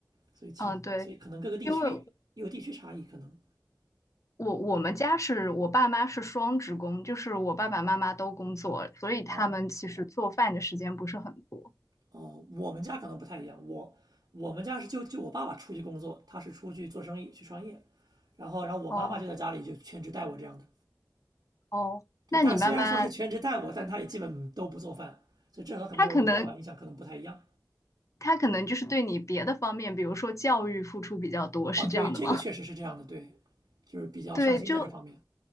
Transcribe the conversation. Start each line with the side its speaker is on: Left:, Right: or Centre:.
Right: 所以情，
Left: 嗯，对，
Right: 所以可能各个地区有地区差异，
Left: 因为
Right: 可能
Left: 我我们家是我爸妈是双职工，就是我爸爸妈妈都工作，所以他们其实做饭的时间不是很多。
Right: 哦哦，我们家可能不太一样，我我们家是就就我爸爸出去工作，他是出去做生意去创业，然后然后我妈妈就在家里就全职带我这样的，
Left: 哦哦，
Right: 对，
Left: 那你妈妈
Right: 但虽然说是全职带我，但他也基本都不做饭，所以这和很多人的刻板印象可能不太一样。
Left: 她可能她可能就是对你别的方面，比如说教育付出比较多，
Right: 哦，
Left: 是这样的吗？
Right: 对，这个确实是这样的，
Left: <laughs>
Right: 对，就是比较上心在这方面。
Left: 对，就